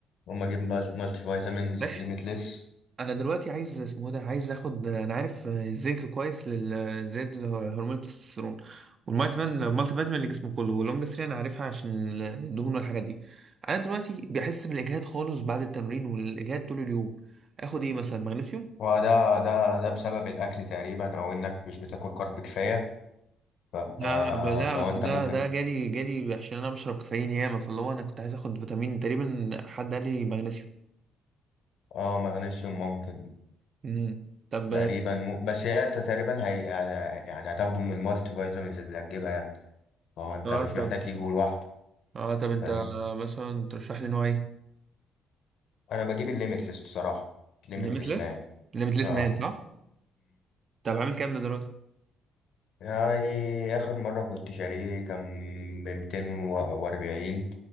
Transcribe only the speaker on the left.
وما أجيب بقى مالتي فيتامينز
ليميتلس
وده ده ده بسبب الأكل تقريبا أو إنك مش بتاكل كارب كفاية ف...
آه،
فهو
أنت
ممكن
اه مغنيسيوم ممكن
تقريبا مو- بس هي أنت تقريبا هي يعني هتاخده من المالتي فيتامينز اللي هتجيبها يعني فهو أنت
مش
محتاج تجيبه لوحده
فاهم
أنا بجيب الليميتلس بصراحة ليميتلس
مان
اه
يعني آخر مرة كنت شاريه كان بميتين وأربعين